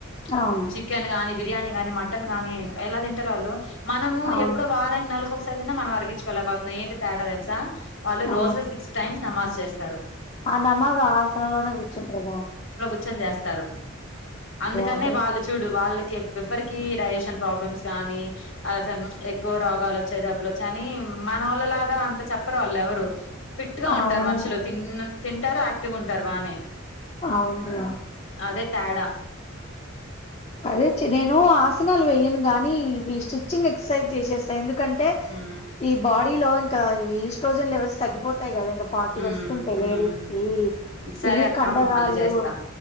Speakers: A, on the left (about 30°); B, on the left (about 85°).
A: అవును
B: చికెన్ కానీపి బిర్యానీ గాని మటన్ గాని ఎలా తింటారు వాళ్ళు మనము
A: అవును
B: ఎప్పుడో వారానికి నెలకొకసా తిని మనం అరిగించుకోలేకపోతున్నాం ఏంటి తేడా తెలుసా వాళ్ళు రోజుల
A: ఆ
B: సిక్స్ టైమ్స్ నమాజ్ చేస్తా
A: ఆ నమాజు అ ఆసనంలోనే కూఠ్చుంటరా
B: నిల్చోని చేస్తారు. అందుకనే
A: అదే
B: వాళ్ళు చూడు వాళ్ళ్ ఎవ్వరికి డైజెషన్ ప్రాబ్లమ్స్ గానీ అసలు ఎక్కువ రోగాలు వచ్చాయి జబ్బులు కాని మన వాళ్ళలాగా అంత చెప్పరు వాళ్ళు ఎవరు ఫిట్ గా ఉంటారు
A: అవును
B: మనుషులు తిన్న తింటారు యాక్టివ్ గా ఉంటారు బానే
A: అవునురా
B: అదే తేడా
A: అదే చి నేను ఆసనాలు వెయ్యను గానీ ఇవి స్టిచ్చింగ్ ఎక్సర్సైజ్ చేసేస్తా ఎందు కంటే
B: ఉమ్
A: ఈ బాడీ దీలో ఇంకా ఈస్ట్రోజన్ లెవెల్స్ తగ్గిపోతుంది. ాయి కదా ఇంకా ఫార్టీ
B: ఉమ్
A: వస్తుంటాయి లేడీస్
B: ఉమ్
A: కి
B: సరే
A: ఇవి
B: అక్క
A: కండరాళ్ళు
B: మళ్ళీ చేస్తా